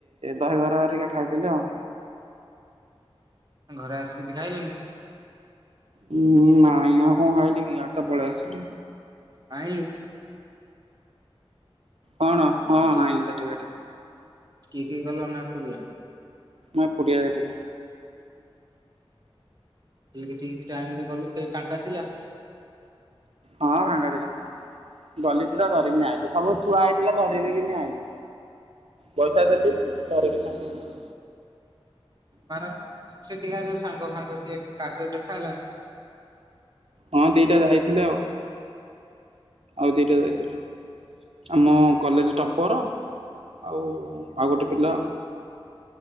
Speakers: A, on the right (about 85°); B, on the right (about 40°).
A: ଦହିବରା ହରିକା ଖାଇଥିଲି ଆଉ।
B: ଘରେ ଆସି କିଛି ଖାଇଲୁନି?
A: ହୁଁ ନାହିଁ ଆଉ କଣ ଖାଇଲି କି ଇଆଡେ ତ ପଳେ ଆସିଲି।
B: ଆଇଲୁ।
A: କଣ? ହଁ
B: ସେଠି
A: ହଁ ଆଣିଲିି ସାର୍ଟିଫିକେଟ।
B: କିଏ କିଏ କଲ ନା ଏକୁଟିଆ?
A: ମୁଁ ଏକୁଟିଆ ଯାଇଥିଲି।
B: ଠିକ ଠିକ ଟାଇମରେ ଗଲୁ କେହି ଫାଙ୍କା ଥିଲା।
A: ହଁ ଫାଙ୍ଗାଥିଲା। ଗଲି ସିଧା ଧରିକି ଆଇଲି ସବୁ ଥୁଆ ହେଇଥିଲା ଧରିକିନା ଆଇିଲି। ପଇସା ଦେଲି ଧାରିକିନା ଆସିଲି।
B: ମାନ ସେଠିକା ସାଙ୍ଗ ଫାଙ୍ଗ କିଏ କା ସହ ଦେଖା ହେଲାଣି?
A: ହଁ ଦିଟା ଯାଇଥିଲେ ଆଉ। ଆଉ ଦିଇଟା ଯାଇଥିଲେ। ଆମ କଲେଜ ଟପର ଆଉ ଆଉ ଗୋଟେ ପିଲା।